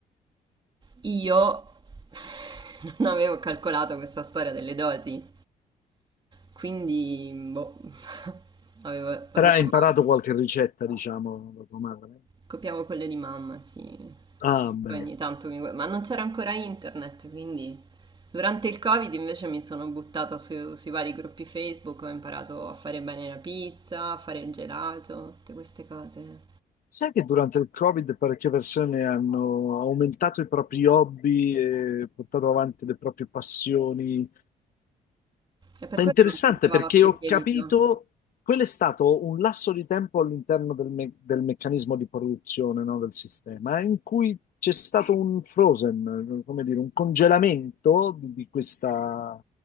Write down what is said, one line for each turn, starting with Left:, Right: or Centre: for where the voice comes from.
Right: Io <laughs> non avevo calcolato questa storia delle dosi, quindi boh, <laughs> avevo roba.
Left: Però hai imparato qualche ricetta, diciamo, da tua madre?
Right: Copiavo quelle di mamma, sì.
Left: Ah, bene.
Right: Poi ogni tanto mi... guardo- Ma non c'era ancora internet, quindi durante il Covid invece mi sono buttata su- sui vari gruppi Facebook, ho imparato a fare bene la pizza, a fare il gelato, tutte queste cose.
Left: Sai che durante il Covid parecchie persone hanno aumentato i propri hobby e portato avanti le proprie passioni
Right: E per
Left: È
Right: quello
Left: interessante
Right: non si trovava
Left: perché
Right: più
Left: ho
Right: il lievito.
Left: capito, quello è stato un lasso di tempo all'interno del, me- del meccanismo di produzione, no, del sistema, in cui c'è stato un frozen, come dire, un congelamento di, di questa,